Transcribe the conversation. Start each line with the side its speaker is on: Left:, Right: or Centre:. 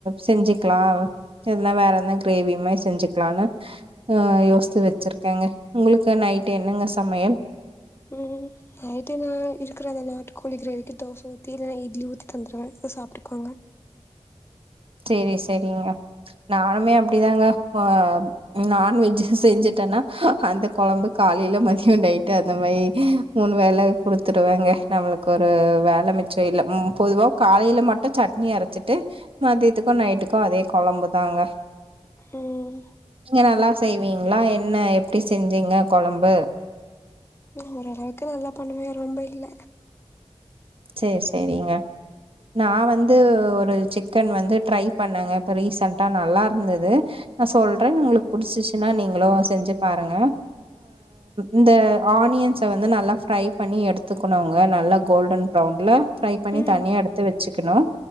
Right: செஞ்சுக்குலா எதுனா வேற எந்த கிரேவி மாரி செஞ்சுக் க்குலானு அஹ் யோஸ்து வெச்சுருக்கேங்க உங்குளுக்கு நைட்டே என்னங்க சமையல்
Left: உம் நைட்டு நா இருக்கிற அத நாட்டுக்கோழி கிரேவிக்கு தோசை ஊத்தி இல்லன்னா இட்லி ஊத்தி தந்துடுவே அத்த சாப்பிட்டுக்குவாங்க
Right: செரி சேரிங்க நானுமே அப்டிதாங்க ஆஹ் நான்வெஜ் செஞ்சுட்டேன்னா அந்த குழம்பு காலையில மதியம் நயிட்டு அந்த மாரி மூணு வேல குடுத்துடுவேங்க நம்முளுக் ஒரு வேல மிச்சம் இல்ல ம் பொதுவா காலையில மட்டு சட்னி அரைச்சிட்டு மதியத்துக்கு நைட்டுக்கு அதே குழம்புதாங்க
Left: உஹம்
Right: நீங்க நல்லா செய்வீங்களா என்ன எப்டி செஞ்சீங்க குழம்பு
Left: ம் ஓரளவுக்கு நல்லா பண்ணுவே ரொம்ப இல்ல
Right: சேர் சேரிங்க நான் வந்து ஒரு சிக்கன் வந்து ட்ரை பண்ணேங்க இப்போ ரீசண்ட்டாக நல்லா இருந்தது நான் சொல்றேன் உங்களுக்கு பிடிச்சிச்சுன்னா நீங்களும் செஞ்சு பாருங்க இந்த ஆனியன்ஸை வந்து நல்லா ஃப்ரை பண்ணி எடுத்துக்கணுங்க நல்லா கோல்டன் ரெளவுண்ட்ல ஃப்ரை பண்ணி
Left: ம்,
Right: தனியா எடுத்து வச்சு வச்சுக்கணும்